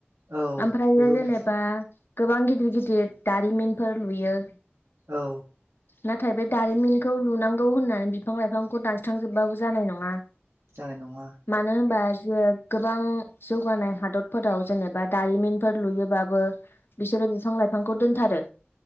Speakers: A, on the right; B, on the left.
A: औ
B: ओमफ्राय
A: बेबो
B: जेनेबा
A: मोनसे
B: गोबां गिदिर गिदिर दारिमिनफोर लुयो
A: औ
B: नाथाय बे दारिमिनखौ लुनांगौ होननानै बिफां लाइफांखौ दानस्रांजोबबाबो जानाय नङा
A: जानाय नङा
B: मानो होनबा जे गोबां जौगानाय हादरफोराव जेनेबा दारिमिनफोर लुयोबाबो बिसोरो बिफां लाइफांखौ दोनथारो